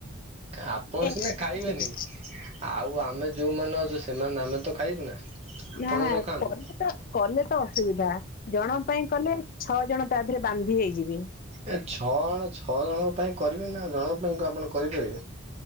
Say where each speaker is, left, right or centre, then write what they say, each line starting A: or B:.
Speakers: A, on the right; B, on the left.
A: ଆପଣ ସିନା
B: କିଛି
A: ଖାଇବେନି
B: ଆଣିନୁ।
A: ଆଉ ଆମେ ଯୋଉମାନେ ଅଛୁ ସେମାନେ ଆମେ ତ ଖାଇିବୁ ନା ଆପଣ
B: ନା ନା
A: ନ ଖାଆନ୍ତୁ
B: କଲେ ତ କଲେ ତ ଅସୁବିଧା ଜଣଙ୍କ ପାଇଁ କଲେ ଛଅ ଜଣ ତା ଦେହରେ ବାନ୍ଧି ହେଇଯିବେ।
A: ଏ ଛଅ ଜଣ ଛଅ ଜଣଙ୍କ ପାଇଁ କରିବେ ନା ଜଣଙ୍କ ପାଇଁ ଆପଣ କରିପାରିବେ।